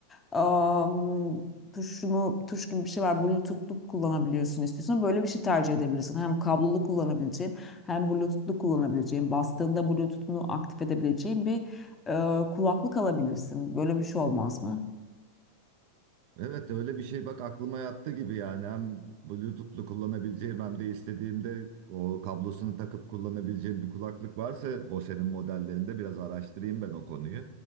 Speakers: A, on the left; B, on the right.
A: am, tuşunu tuş gibi bir şey var. Bluetooth'lu kullanabiliyorsun istiyorsan böyle bir şey tercih edebilirsin. Hem kablolu kullanabileceğin hem Bluetooth'lu kullanabileceğin bastığında Bluetooth'unu aktif edebileceğin bir e, kulaklık alabilirsin. Böyle bir şey olmaz mı?
B: Evet öyle bir şey bak aklıma yattı gibi yani hem Bluetooth'lu kullanabileceğim hem de istediğimde o kablosunu takıp kullanabileceğim bir kulaklık varsa Bose'nin modellerinde biraz araştırayım ben o konuyu.